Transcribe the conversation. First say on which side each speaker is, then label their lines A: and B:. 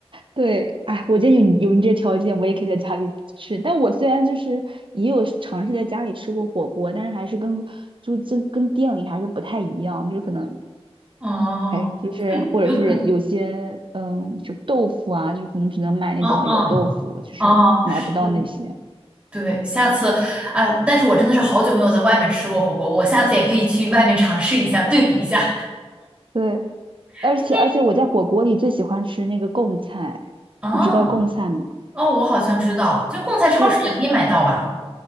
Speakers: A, on the right; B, on the right.
A: 对，哎，我觉得有你有你这条件，我也可以在家里吃。但我虽然就是也有尝试在家里吃过火锅，但是还是跟就跟跟店里还是不太一样，就是可能
B: 哦，
A: 哎，就是或者是有些嗯，
B: 对，有可能，
A: 就豆腐啊，就可能只能买那种油豆腐，
B: 嗯嗯哦，
A: 就是买不到那些。
B: 是的，对，下次，哎，但是我真的是好久没有在外面吃过火锅，我下次也可以去外面尝试一下，对比一下。
A: 对，
B: <laughs>
A: 而且而且我在火锅里最喜欢吃那个贡菜，
B: 啊，
A: 你知道贡菜吗？
B: 哦，我好像知道，就贡菜超市也可以买到吧？
A: 就